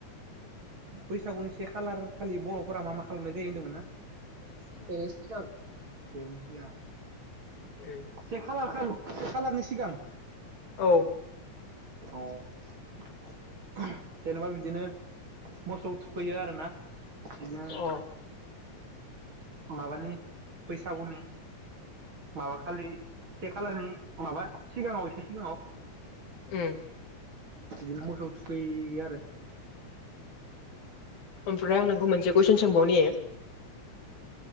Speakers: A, on the right; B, on the left.
A: बैसागुनि से खालार खालि बर'फोरा मा मा खालामनाय जायो होन्दोंमोन ना बेनो सिगां बेनो सिगां
B: उम
A: से खालार खालारनि सिगां
B: औ
A: औ अ जेनेबा बिदिनो मोसौ थुखैयो आरोना बिदिनो
B: अ
A: माबानि बैसागुनि माबा खालि से खालारनि माबा सिगाङाव एसे सिगाङाव
B: उम
A: बिदिनो मोसौ थुखैयो आरो
B: ओमफ्राय आं नोंखौ मोनसे कुइसन सोंबावनि